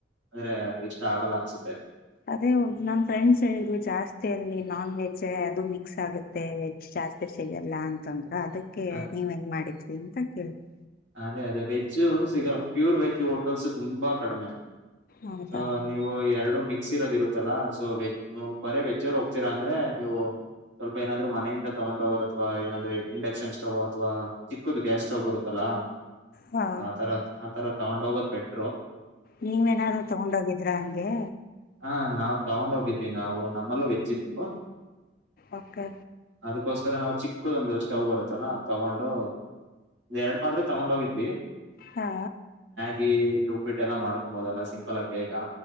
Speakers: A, on the right; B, on the left.
A: ಅಂದ್ರೆ ಅದು ಇಷ್ಟ ಆಗಲ್ಲ ಅನ್ಸುತ್ತೆ
B: ಅದೇ ನಮ್ ಫ್ರೆಂಡ್ಸ್ ಹೇಳಿದ್ರು ಜಾಸ್ತಿ ಅಲ್ಲಿ ನಾನ್ ವೆಜ್ಜ ಅದು ಮಿಕ್ಸ್ ಆಗುತ್ತೆ ವೆಜ್ ಜಾಸ್ತಿ ಸ್ ಸಿಗಲ್ಲ ಅಂತಂದ್ರ ಅದಕ್ಕೆ
A: ಅದ್
B: ನೀವ್ ಹೆಂಗ ಮಾಡಿದ್ರಿ ಅಂತ ಕೇಳ್ತವಿ
A: ಅದೇ ಅದೇ ವೆಜ್ ಸಿಗಲ್ಲ ಪ್ಯೂರ್ ವೆಜ್ ಹೋಟೆಲ್ಸ್ ತುಂಬಾ ಕಡಿಮೆ
B: ಹೌದಾ
A: ಸೊ ನೀವು ಎರಡು ಮಿಕ್ಸಿ ಇರೋದ ಇರುತ್ತಲ್ಲಾ ಸೊ ವೆಜ್ ಬರೇ ವೆಜ್ಜರ್ ಹೋಗ್ತೀರಾ ಅಂದ್ರೆ ನೀವು ಸ್ವಲ್ಪ ಏನಾದ್ರು ಮನೆಯಿಂದ ತಗೊಂಡ ಹೋಗೋದು ಅಥವಾ ಏನಾದ್ರೆ ಇಂಡಕ್ಷನ್ ಸ್ಟೋ ಅಥ್ವಾ ಚಿಕ್ಕದು ಗ್ಯಾಸ್ ಸ್ಟೌವ್ ಬರುತ್ತಲ್ಲಾ
B: ಹಾ
A: ಆತರಾ ಆತರಾ ತಗೊಂಡ್ ಹೋಗೋದ್ ಬೆಟ್ಟ.
B: ನೀವೇನಾರು ತಗೊಂಡೋಗಿದ್ರಾ ಹಂಗೆ.
A: ಹ ನಾವ್ ತಗೊಂಡ್ ಹೋಗಿದ್ವಿ ನಾವು ನಮ್ಮಲ್ಲೂ ವೆಜ್ಜಿದ್ರು
B: ಓಕೆ
A: ಅದೋಕೊ. ತರಾ ನಾವು ಚಿಕ್ಕದ್ ಒಂದ್ ಸ್ಟೌವ್ ಬರುತ್ತಲ್ಲಾ ಅದ್ ತಗೊಂಡು ಎರಡ್ ಪಾತ್ರೆ ತಗೊಂಡ್ ಹೋಗಿದ್ವಿ.
B: ಹಾ.
A: ಗಿ ಉಪ್ಪಿಟ್ಟೆಲ್ಲ ಮಾಡ್ಕೊಂಬೋದೆಲ್ಲಾ ಸಿಂಪಲ್ ಆಗಿ ಬೇಗಾ.